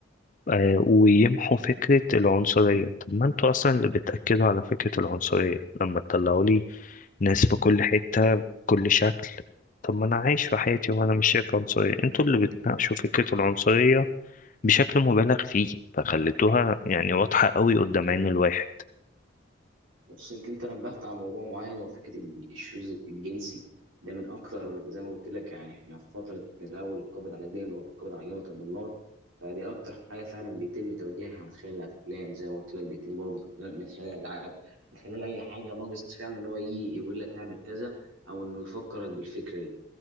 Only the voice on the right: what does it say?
بص انت انت نبهت على موضوع معين هو فكره ال- الشوز الجنسي ده من اكتر زي ما قلت لك يعني احنا في فتره من اول القبض على الدين والقبض على جبهه المنار فدي اكتر حاجه فعلا بيتم توجيهها من خلال الافلام زي ما قلت لك بيتم برضه من خلال الالعاب من خلال اي حاجه ناقص فعلا ان هو يجي يقول لك اعمل كذا او انه يفكرك بالفكره دي